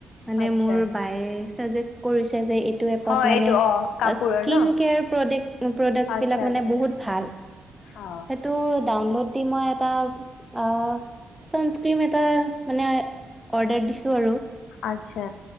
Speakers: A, in the centre; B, on the left.
A: মানে
B: আচ্ছা
A: মোৰ বায়েচ কৰি যে এইটো এপত
B: হয়
A: মানে
B: এইটো অ
A: স্কৃণ
B: কাপোৰৰ ন
A: কেয়াৰ প্ৰডাক্ট
B: আচ্ছা
A: বিলাক
B: আচ্ছা
A: বহুত ভাল।
B: অ
A: সেইটো ডাউনলোড দি মই এটা অ ছানস্ক্ৰীম এটা মানে অৰ্ডাৰ দিছোঁ আৰু
B: আচ্ছা